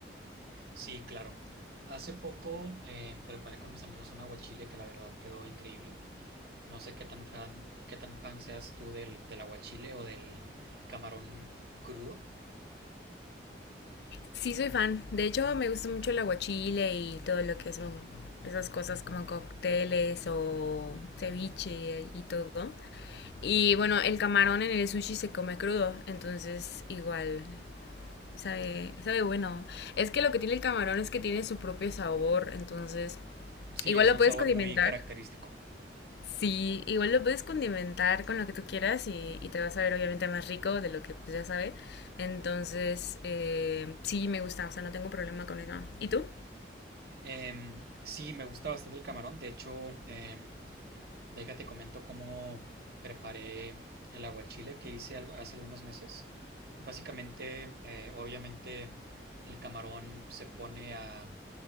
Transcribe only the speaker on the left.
Sí, soy fan. De hecho, me gusta mucho el aguachile y todo lo que son esas cosas como cócteles o ceviche y todo. Y bueno, el camarón en el sushi se come crudo, entonces igual sabe, sabe bueno. Es que lo que tiene el camarón es que tiene su propio sabor, entonces
igual
lo
puedes
condimentar.
Sí, igual lo puedes condimentar con lo que tú quieras y, y te vas a ver obviamente más rico de lo que pues ya sabe. Entonces, eh, sí, me gusta, o sea, no tengo problema con eso. ¿Y tú?